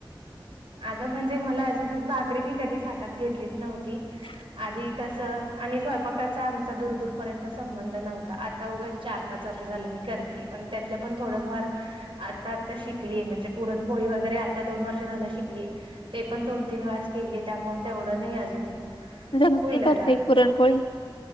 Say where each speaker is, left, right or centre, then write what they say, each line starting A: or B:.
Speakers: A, on the right; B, on the left.
A: अगं म्हणजे मला अजून भाकरी मी कधीच हातात घेतलीच नव्हती.
B: <inaudible>
A: आधी कसं आणि स्वयंपाकाचा आमचा दूरदूरपर्यंत संबंध नव्हता आता उगंच चार पाच वर्ष झालं मी करतेय पण त्यातलं पण थोडंफार आता आता शिकलीय, म्हणजे पुरणपोळी वगैरे आता दोन वर्ष झालं शिक लेय ते पण दोन तीन वेळाच केलीय त्यामुळं तेवढं नाही अजून
B: जमते
A: होईल आता
B: परफेक्ट पुरणपोळी?